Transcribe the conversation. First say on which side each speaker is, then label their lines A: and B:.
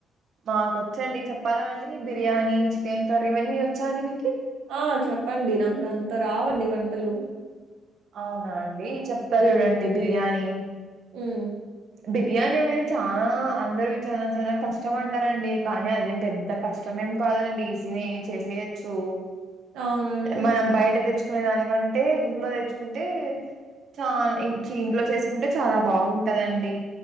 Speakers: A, on the right; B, on the right.
A: మాకు వచ్చండి చెప్పాలా అండి బిర్యానీ చికెన్ కర్రీ ఇవన్నీ వచ్చా అండి మీకి
B: ఆ చెప్పండి నాకు అంత రావండి వంటలు
A: అవునా అండి చెప్తా చూడండి బిర్యానీ
B: ఉమ్
A: బి బిర్యానీ అనేది చానా అందరు చానా చానా కష్టం అంటారండి కానీ అదేం పెద్ద కష్టమేం కా కాదండి ఈసినే చేసేయొచ్చు
B: అవునండి
A: మనం బయట తెచ్చుకునే దానికంటే ఇంట్లో తెచ్చుకు కుంటే చానా చి ఇంట్లో చేసుకుంటే చాలా బాగుంటదండి